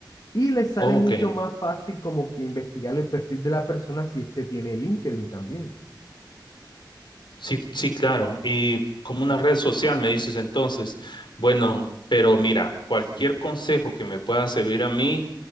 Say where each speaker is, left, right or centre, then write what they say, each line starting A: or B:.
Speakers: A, on the left; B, on the left.
A: Y les sale
B: Oh,
A: mucho
B: ok.
A: más fácil como que investigar el perfil de la persona si este tiene LinkedIn también.
B: Sí, sí, claro. Y como una red social, me dices entonces. Bueno, pero mira, cualquier consejo que me pueda servir a mí.